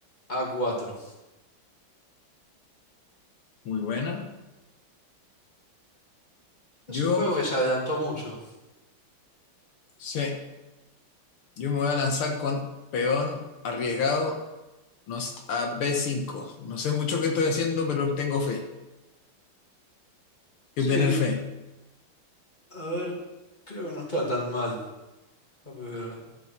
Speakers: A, on the left; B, on the left.
A: a cuatro
B: Muy buena.
A: Es
B: Yo,
A: un juego que se adelantó mucho.
B: sí, yo me voy a lanzar con peón arriesgado nos- a B5. No sé mucho qué estoy haciendo, pero tengo fe.
A: Sí,
B: Hay que tener fe.
A: a ver, creo que no está tan mal. Déjame ver.